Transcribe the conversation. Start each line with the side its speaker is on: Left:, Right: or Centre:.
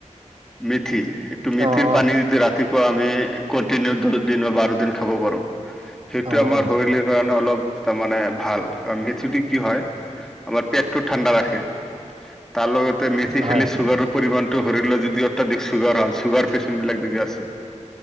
Centre: মেথি সেইটো মেথিৰ
Right: অ
Centre: পানী
Right: অ
Centre: দি ৰাতি। ৰাতিপুৱা আমি কণ্টিনিউ দহ দিন বা বাৰ দিন খাব পাৰো সেইটোৱে
Right: অ অ
Centre: আমাৰ শৈলীৰ। কাৰণে অলপ তাৰমানে ভাল মেথিটো কি হয়। আমাৰ পেটটো ঠাণ্ডা ৰাখে তাৰ লগতে মেথি
Right: হয়
Centre: খেলি চুগাৰৰ
Right: হয়
Centre: পৰিমানটো সৰি ল যদি। অত্যাধিক চুগাৰ হয় চুগাৰ পেচেণ্ট বিলাক দি আছে